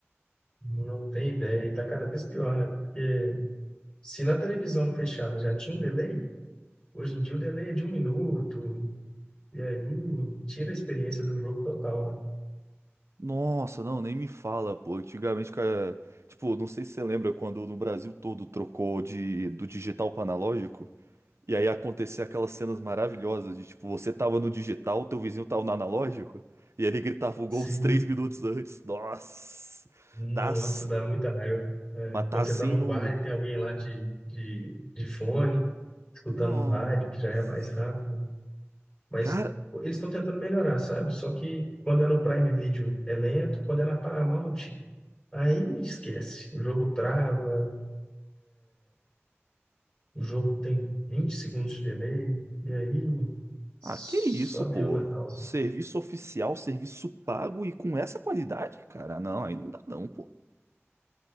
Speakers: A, on the left (about 25°); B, on the right (about 75°).
A: Não tem ideia. E tá cada vez pior, né? Porque se na televisão fechada já tinha um delay, hoje em dia o delay é de um minuto. E aí tira a experiência do jogo total, né?
B: Nossa, não, nem me fala, pô. Antigamente, cara, tipo, não sei se você lembra quando no Brasil todo trocou de do digital para analógico, e aí acontecia aquelas cenas maravilhosas de tipo, você tava no digital, teu vizinho tava no analógico, e ele gritava o
A: Sim,
B: gol uns três minutos antes. Nossa.
A: nossa,
B: Tá, s-
A: dá muita raiva. É,
B: mas
A: quando
B: tá assim
A: você tá num
B: no
A: bar e tem alguém lá de, de, de fone, escutando
B: Nossa.
A: no rádio, que já é mais rápido. Mas
B: Cara,
A: eles estão tentando melhorar, sabe? Só que quando é no Prime Video é lento, quando é na Paramount, aí esquece. O jogo trava, o jogo tem 20 segundos de delay, e aí só
B: ah, que isso, pô?
A: Deus na causa.
B: Serviço oficial, serviço pago e com essa qualidade, cara? Não, aí não dá não, pô.